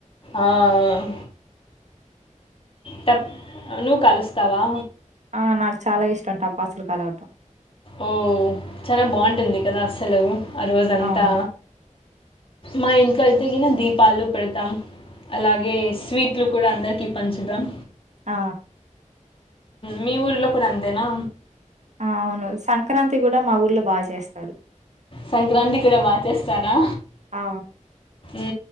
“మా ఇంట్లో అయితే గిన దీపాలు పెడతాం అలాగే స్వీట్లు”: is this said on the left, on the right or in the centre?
Left